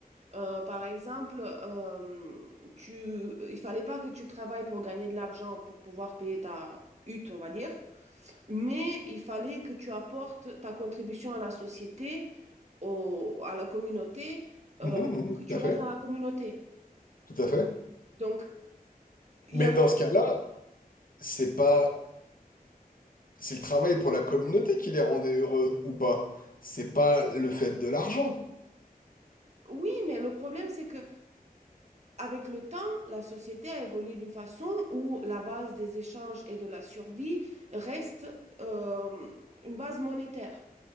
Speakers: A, on the right (about 45°); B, on the left (about 65°).
A: Euh, par exemple, euh, tu, il fallait pas que tu travailles pour gagner de l'argent pour pouvoir payer ta hutte, on va dire, mais il fallait que tu apportes ta contribution à la société, au- à la communauté,
B: Mhm,
A: pour
B: mhm,
A: que tu
B: tout à
A: restes
B: fait,
A: dans la communauté.
B: tout à fait.
A: Donc, il
B: Mais
A: y avait...
B: dans ce cas-là, c'est pas, c'est le travail pour la communauté qui les rendait heureux ou pas. C'est pas le fait de l'argent.
A: Oui, mais le problème, c'est que avec le temps, la société a évolué d'une façon où la base des échanges et de la survie reste euh, une base monétaire.